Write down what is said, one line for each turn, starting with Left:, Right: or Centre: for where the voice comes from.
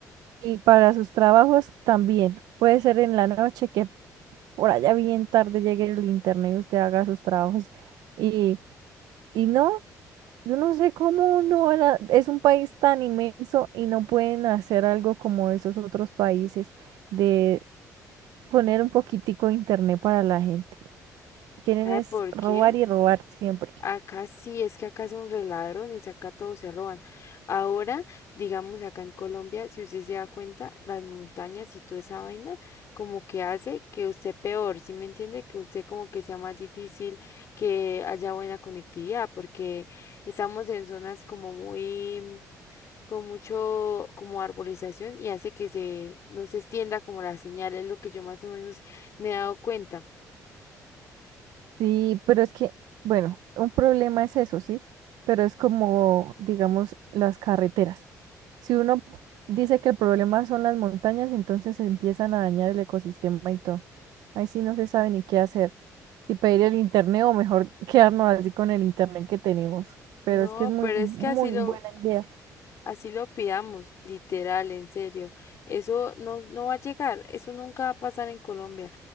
Right: Y para sus trabajos también. Puede ser en la noche que por allá bien tarde llegue el internet y usted haga sus trabajos. Y, y no, yo no sé cómo no era- es un país tan inmenso y no pueden hacer algo como esos otros países de poner un poquitico de internet para la gente. Quieren
Left: ¿Sabe
Right: es
Left: por
Right: robar
Left: qué?
Right: y robar siempre.
Left: Acá sí, es que acá son re ladrones, acá todos se roban. Ahora, digamos acá en Colombia, si usted se da cuenta, las montañas y toda esa vaina, como que hace que usted peor, ¿sí me entiende? Que usted como que sea más difícil, que haya buena conectividad, porque estamos en zonas como muy, con mucho, como arbolización y hace que se, no se extienda como la señal, es lo que yo más o menos me he dado cuenta.
Right: Sí, pero es que, bueno, un problema es eso, ¿sí? Pero es como, digamos, las carreteras. Si uno dice que el problema son las montañas, entonces se empiezan a dañar el ecosistema y todo. Ahí sí no se sabe ni qué hacer. Si pedir el internet o mejor <laughs> quedarnos así con el internet que tenemos. Pero
Left: No,
Right: es que es muy,
Left: pero
Right: muy
Left: es que así lo,
Right: buena idea.
Left: Así lo pidamos, literal, en serio. Eso no, no va a llegar, eso nunca va a pasar en Colombia.